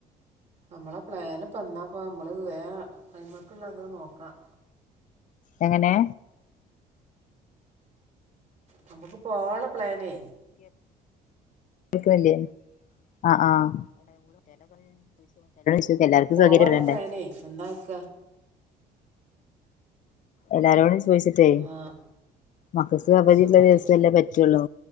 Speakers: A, on the right; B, on the left.
A: നമ്മളെ പ്ലാന് പന്നപ്പ നമ്മള് വേ അയ്മക്കുള്ളത് നോക്കാം
B: എങ്ങനെ
A: നമുക്ക് പോവോള പ്ലാന്
B: കേക്കുന്നില്ലേ ആഹ് ആഹ് <unintelligible>
A: പോവള്ള
B: സൗകര്യം വരണ്ടേ
A: പ്ലാനെ എന്താക്ക
B: എല്ലാരോടും ചോദിച്ചിട്ടേ
A: ആ
B: മക്ക അവധിയുള്ള
A: മിസ്സമ്മക്കെ
B: ദിവസല്ലേ പറ്റുള്ളൂ